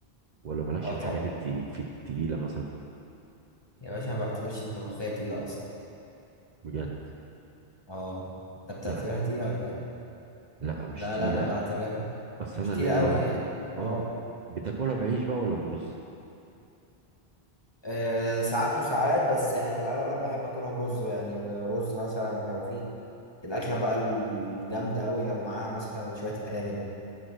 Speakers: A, on the right; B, on the left.
A: ولا مالكش
B: اه
A: في
B: طبعا
A: الحاجات التقي... في التقيلة مثلا
B: يا باشا ما بعتبرش الملوخيه تقيله اصلا
A: بجد
B: اه انت بتعتبرها
A: لا
B: تقيلة ولا ايه؟
A: لا مش
B: لا
A: تقيلة
B: لا انا بعتبرها
A: أصل
B: مش
A: أنا
B: تقيلة
A: ليا
B: قوي يعني
A: اه
B: اه
A: بتاكلها بعيش بقى ولا برز
B: آه، ساعات وساعات بس يعني في الأغلب بحب أكلها برز يعني رز مثلا لو في الأكلة بقى الجامدة أوي لو معاها مثلا شوية أرانب